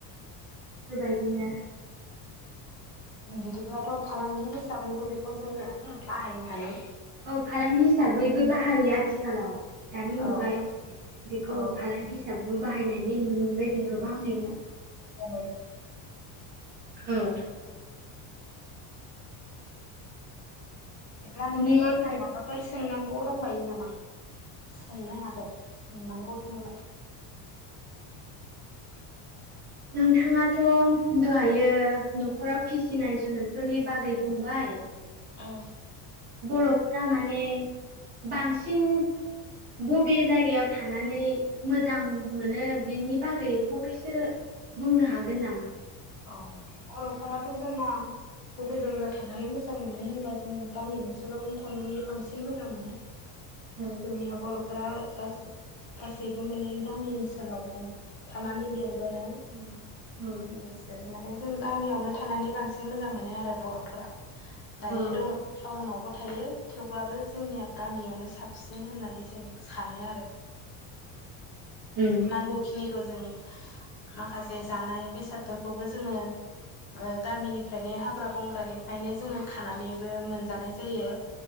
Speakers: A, on the right; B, on the left.
A: एफोर बायदिनो।
B: बिदिब्लाथ' फालांगि हिसाबै बैफ खौ जोङो
A: औ
B: बाहायनो हायो।
A: औ फालांगि हिसाबैबो बाहायो आथिखालाव। दानि मुगायाव
B: औ
A: माने बेखौ
B: औ
A: फालांगि हिसाबै बाहायनाय नुनो मोनबाय जों गोबाङैनो।
B: औ
A: औ
B: बिदिब्ला नोंथाङा
A: बिनिफ्राय
B: आंनाव माबाफोर सोंनांगौ। दंबायो नामा सोंनो हागोन सोंनांगौ दङबाथाय।
A: औ नोंथाङाथ' दहायो न'खराव फिसिनाय जुनुरफोरनि बागै बुंबाय।
B: औ
A: बर'फोरा माने बांसिन बबे जायगायाव थानानै मोजां मोनो बिनि बागै फंनैसो बुंनो हागोन नामा।
B: औ बर'फोराथ' जोंना बबे जायगायाव थानानै मोजां मोनो होनबा जों गामि ओनसोलावनो थानानै बांसिन मोजां मोनो।
A: औ
B: जोंनिया बर' फोरा गासै गासैबो माने गामि ओनसोलावनो थानानै देरो बोनाय
A: उम औ
B: बेस माने जों गामियावनो थानानै बांसिन मोजां मोनो आरो बर'फोरा। दायो
A: औ
B: दं टाउनाव थायो थेवब्लाबो जोंनिया गामियावनो साबसिन होननानै जों सानो आरो
A: औ उम
B: नांगौ खिनिखौ जों माखासे जानाय बेसादफोरखौबो जोङो ओ गामिनिफ्रायनो हाग्रा बंग्रानिफ्रायनो जोङो खानानैबो मोनजानाय जायो।